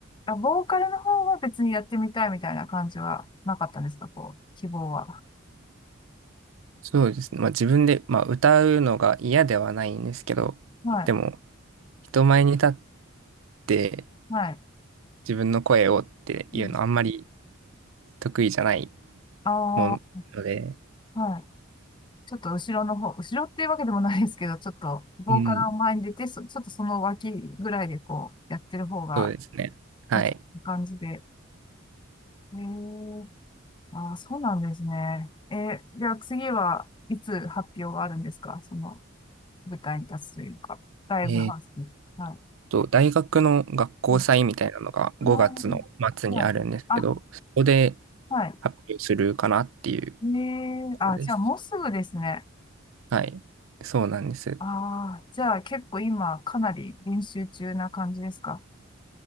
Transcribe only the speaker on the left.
あ、ボーカルの方は別にやってみたいみたいな感じはなかったんですか、こう、希望は。
はい、
はい。
うん、
あ
あ、はい。ちょっと後ろの方、後ろっていうわけでもないですけど、ちょっと棒から前に出て、
そちょっとその脇ぐらいでこうやってる方が
落ち着く感じで。へえーあー、そうなんですね。えー、じゃあ次はいつ発表があるんですかその舞台に立つというか、ライブハウスに。
は
い。はい。あーはいあ、
はい。
ねえ、
あ、じゃあもうすぐですね。
ああ、じゃあ結構今かなり練習中な感じですか